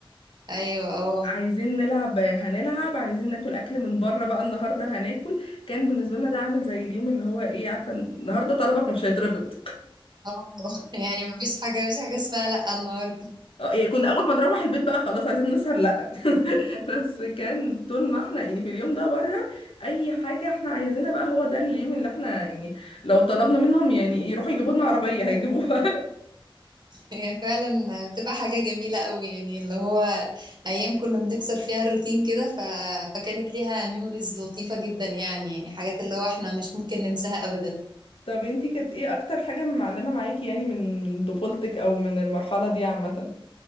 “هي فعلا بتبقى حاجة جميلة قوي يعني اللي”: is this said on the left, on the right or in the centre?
Right